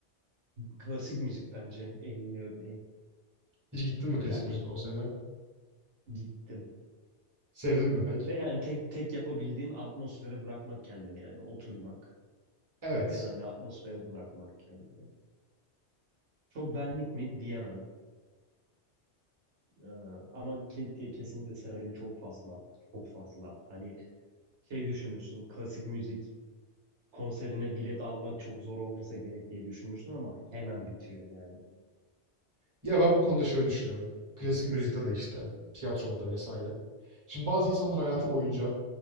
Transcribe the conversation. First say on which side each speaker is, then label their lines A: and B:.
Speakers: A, on the right; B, on the right.
A: klasik müzik bence en iyi örneği.
B: Hiç gittin mi klasik
A: Yani
B: müzik konserine?
A: gittim.
B: Sevdin mi pek?
A: Ve yani tek tek yapabildiğin atmosfere bırakmak kendini yani oturmak
B: Evet.
A: ve yani atmosfere bırakmak kendini. Çok benlik mi diyemem. Ee, ama ke diye kesinlikle seveni çok fazla. Çok fazla. Hani şey düşünürsün klasik müzik konserine bilet almak çok zor olmasa gerek diye düşünürsün ama hemen bitiyor yani.
B: Ya ben bu konuda şöyle düşünüyorum. Klasik müzikte de işte, tiyatroda da vesaire. Şimdi bazı insanlar hayatı boyunca